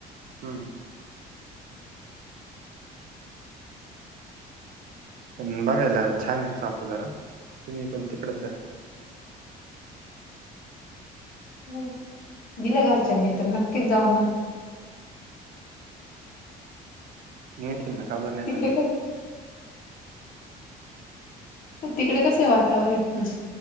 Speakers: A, on the right; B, on the left.
A: हम्म. पण बघायला छान आहे सापुतारा तुम्ही पण तिकडच जा.
B: हो दिलं घरच्यांनी तर नक्कीच जाऊना.
A: नेतील ना काबर नेणार.
B: तिकडे क तिकडे कसये वातावरण तुज